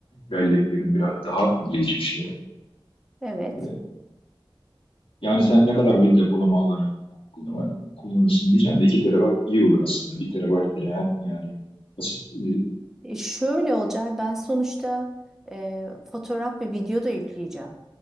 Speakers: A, on the left; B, in the centre.
A: belleklerin biraz daha gelişmişleri.
B: Evet.
A: Hani yani sen ne kadar bir depolama alanı kullanma- kullanırsın diyeceğim de 2 terabayt iyi olur aslında. Bir terabayt bile hem yani basit, e,
B: E, şöyle olacak. Ben sonuçta e, fotoğraf ve video da yükleyeceğim.